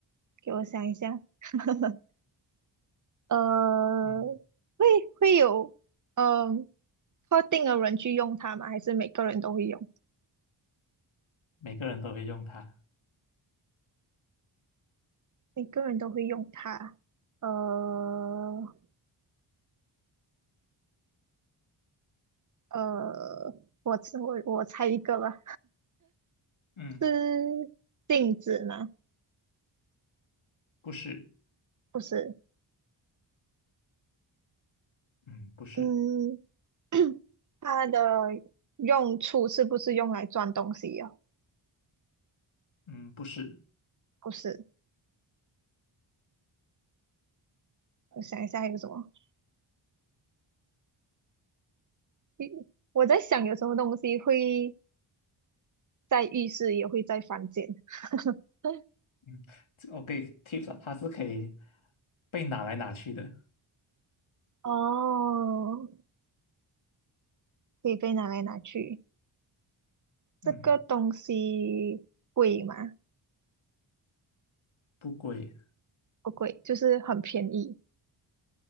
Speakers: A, on the right (about 40°); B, on the left (about 70°).
A: 给我想一下，<laughs> 呃，
B: 嗯，
A: 会会有。嗯，特定的人去用它吗？还是每个人都会用？
B: 每个人都会用它。
A: 每个人都会用它。呃呃，我猜我我猜一个吧，
B: 嗯，
A: 是镜子吗？
B: 不是，
A: 不是，
B: 嗯，不是，
A: 嗯，<coughs> <clears throat> 它的用处是不是用来装东西呀、
B: 嗯，不是，
A: 不是，我想一下还有什么？一我在想有什么东西会在浴室，也会在房间。<laughs>
B: 嗯，这我给 tips 啊，它是可以被拿来拿去的。
A: 哦，可以被拿来拿去。这个东西贵吗？
B: 嗯，不贵。
A: 不贵，就是很便宜。